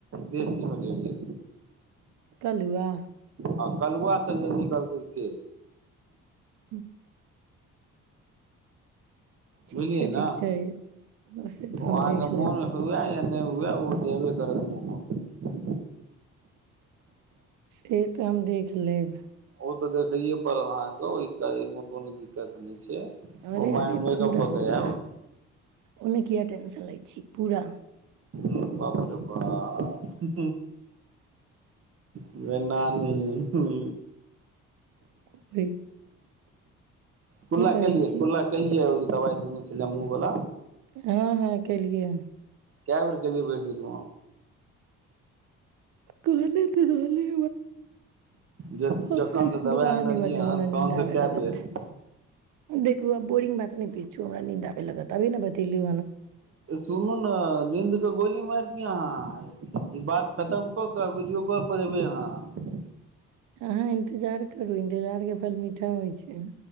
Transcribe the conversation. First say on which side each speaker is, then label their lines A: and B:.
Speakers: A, on the right; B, on the right.
A: देशी मछलए
B: कलुआ
A: हँ कलहुआसँ जे निकलतै से
B: हु ठीक
A: बुझलियै
B: छै
A: ने
B: ठीक छै बसे तऽ
A: ओ
B: हम
A: अहाँके
B: देख
A: मोन
B: लेबै
A: हुए या नहि हुए ओ जेबे करै मुह
B: से तऽ हम देख लेब
A: ओ ते देखये पड़ल अहां के ओ मे कोनो दिक्कत नहि छै
B: अरे
A: ओ माइ
B: अरे
A: मेकअप
B: पूरा
A: कऽ के
B: पूरा
A: आयब
B: ओने किया च लै छी पूरा
A: बाप रे बाप ग न न हँ हुँ
B: ओहि
A: कुला
B: कि कहै
A: कलियै
B: छी
A: कुला कलियै दबइ कने छलै मुँह बला
B: हँ हँ केलियै
A: कबर क लिय परदमा
B: कहने त रहली
A: जे
B: अखन
A: जखन से दवाइ
B: दुबारा
A: आनलियै
B: नहि बाजब
A: हन
B: हमरा
A: तहन
B: नींन्द
A: से
B: आबे
A: कए
B: लागत
A: बेर
B: देख बोरिंग बात नहि पीछु हमरां आलगे तभे ने बतेलु
A: सुनल नीद के गोली मार दिय अहाँ ई बात खतम कऽ क वीडियो कॉ पर एबै अह
B: अहाँ इन्तजार करू इन्तजार के फल मीठा होइ छै